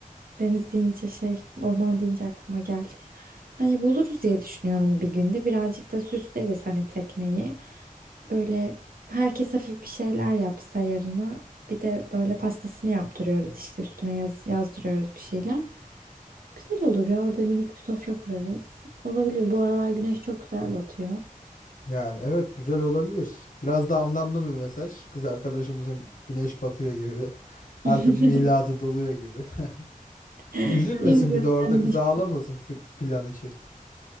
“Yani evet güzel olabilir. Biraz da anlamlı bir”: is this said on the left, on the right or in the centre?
Left